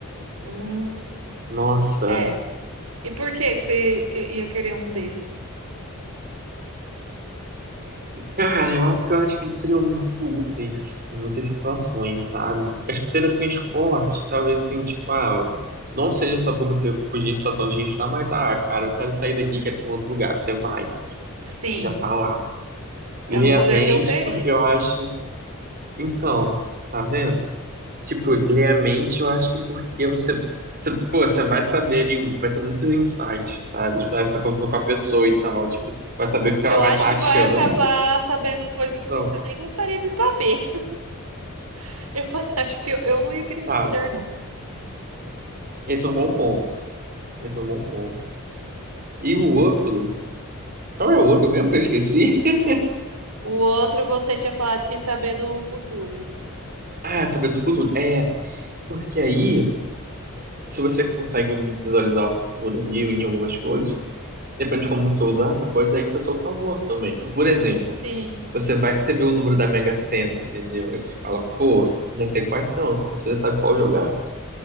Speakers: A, on the right; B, on the right.
A: Hum,
B: Nossa.
A: é. E por que que você que- ia querer um desses?
B: Cara, eu acho que eu acho que eles seriam muito úteis em muitas situações, sabe? Acho que o teletransporte, talvez assim, tipo, ah, não seja só pra você fugir de situação de risco, tá? Mas, ah, cara, eu quero sair daqui, quero ir pra um outro lugar. Você vai,
A: Sim,
B: você já tá lá.
A: era
B: Ler
A: um poder
B: a mente,
A: que eu teria.
B: porque eu acho. Então, tá vendo? Tipo, ler a mente, eu acho que porque você. Você, pô, você vai saber ali, vai ter muitos insights, sabe? Tipo, ah, você tá conversando com a pessoa e tal, tipo, você vai saber o que
A: Eu
B: ela vai
A: acho
B: estar
A: que
B: achando.
A: vai acabar sabendo coisa
B: Então,
A: que você nem gostaria de saber. <laughs> Eu acho que eu, eu não ia querer esse
B: tá,
A: poder, não.
B: esse é um bom ponto. Esse é um bom ponto. E o outro, qual é o outro mesmo que eu esqueci? <laughs>
A: O outro, você tinha falado que ia saber do futuro.
B: Ah, saber do futuro. É, porque aí, se você consegue visualizar o futuro ali em algumas coisas, depende de como você usar, você pode usar isso a seu favor também. Então, por exemplo,
A: Sim,
B: você vai que você vê o número da Mega Sena, entendeu? Aí você fala, pô, já sei quais são, então você já sabe qual jogar.